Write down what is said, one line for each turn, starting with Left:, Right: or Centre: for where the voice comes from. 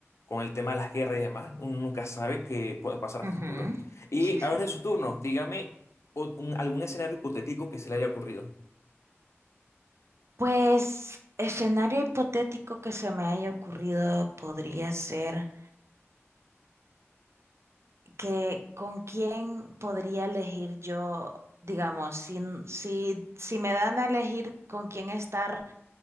Left: con el tema de las guerras y demás, uno nunca sabe qué puede pasar a
Right: Ujú.
Left: futuro. Y
Right: Sí, sí.
Left: ahora es su turno. Dígame o- un- algún escenario hipotético que se le haya ocurrido.
Right: Pues escenario hipotético que se me haya ocurrido podría ser que con quién podría elegir yo, digamos, si, si, si me dan a elegir con quién estar